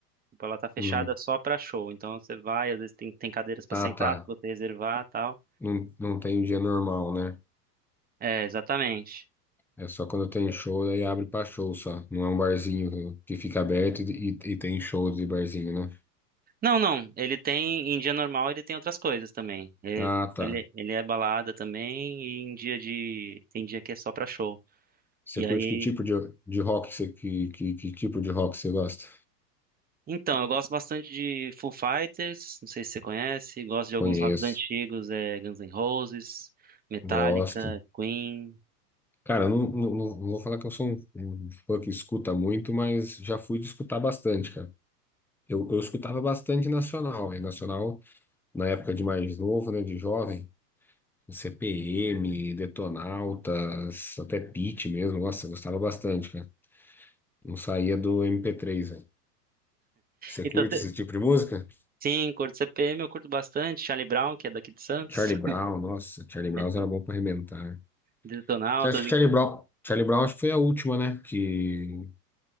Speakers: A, on the right; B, in the centre.
A: Tipo, Ela tá fechada
B: Hum.
A: só pra show. Então você vai, às vezes tem, tem cadeiras pra
B: Ah,
A: sentar,
B: tá.
A: se você reservar e tal.
B: Não, não tem um dia normal, né?
A: É, exatamente.
B: É só quando tem show, aí abre pra show só. Não é um barzinho que fica aberto e, e tem show de barzinho, né?
A: Não, não. Ele tem, em dia normal, ele tem outras coisas também. Ele,
B: Ah, tá.
A: ele, ele é balada também e em dia de, tem dia que é só pra show.
B: Você
A: E
B: curte
A: aí,
B: que tipo de, de rock você, que, que, que tipo de rock você gosta?
A: então, eu gosto bastante de Foo Fighters, não sei se você conhece, gosto de alguns
B: Conheço.
A: rocks antigos, é Guns N' Roses, Metallica,
B: Gosto.
A: Queen.
B: Cara, eu não, não, não- vou falar que eu sou um, um fã que escuta muito, mas já fui de escutar bastante, cara. Eu, eu escutava bastante nacional, e nacional na época de mais novo, né, de jovem, CPM, Detonautas, até Pitty mesmo, nossa, eu gostava bastante, cara. Não saía do mp três velho. Você
A: Então,
B: curte
A: cê-
B: esse tipo de música?
A: sim, curto CPM, eu curto bastante, Charlie Brown, que é daqui de Santos,
B: Charlie Brown, nossa, Charlie Brown
A: <laughs> é,
B: era bom pra arrebentar. né?
A: Detonautas.
B: Você acha que Charlie Brown, Charlie Brown acho que foi a última, né, que,